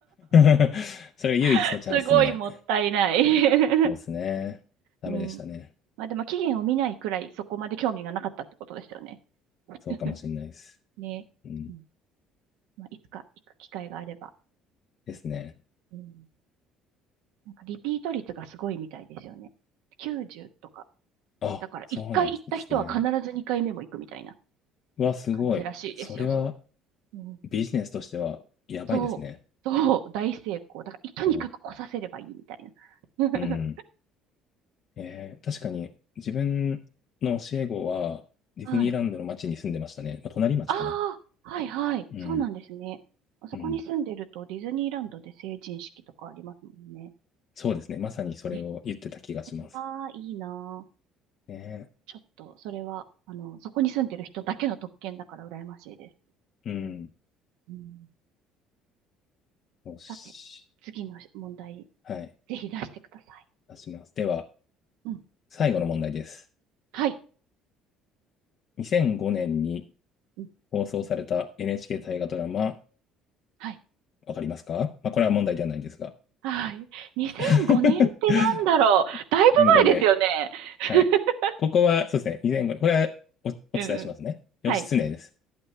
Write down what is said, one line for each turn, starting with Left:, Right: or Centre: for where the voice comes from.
Left: <laughs> それが唯一のチャンスで、
Right: <laughs> すごいもったいない <laughs>
Left: そうですね。ダメでしたね。
Right: うん。まあでも期限を見ないくらいそこまで興味がなかったってことですよね。<laughs>
Left: そうかもしれないです。
Right: ね。
Left: うん。
Right: うんまあ、いつか行く機会があれば。
Left: ですね。
Right: うんなんかリピート率がすごいみたいですよね。90とか。
Left: あ、
Right: だから1回行った人は必ず2回目も行くみたいな
Left: そうなんですね。うわ、すごい。
Right: 感じらしいですよ、
Left: それは
Right: そう。うん、
Left: ビジネスとしてはやばいですね。
Right: そう、そう、大成功。だから、い <laughs> とにかく来させればいいみたいな。
Left: うん。
Right: <laughs>
Left: うんえー確かに自分の教え子はディズニーランドの町に住んでましたね。
Right: はい。
Left: まあ、隣町かな。
Right: ああ、はいはい。
Left: うん。
Right: そうなんですね。あそこに住んでるとディズニーランドで成人式とかありますもんね。
Left: うん。そうですね。まさにそれを言ってた気がします。
Right: え、ああ、いいなあ。
Left: ね。
Right: ちょっと、それは、あの、そこに住んでる人だけの特権だから羨ましいです。
Left: うん。
Right: うん、
Left: よし。
Right: さて、次の問題
Left: はい。
Right: ぜひ出してください。
Left: 出します。では、
Right: うん
Left: 最後の問題です。
Right: はい
Left: 2005年に
Right: うん。
Left: 放送された NHK 大河ドラマ、
Right: はい。
Left: わかりますかまあ、これは問題ではないんですが。
Right: はい。2005年ってなんだろう。
Left: <laughs> 2005年、
Right: だいぶ前ですよね。<laughs>
Left: はい。ここは、そうですね。以前ご、これはお、お伝えしますね。
Right: うんうん。
Left: 義経です。
Right: はい。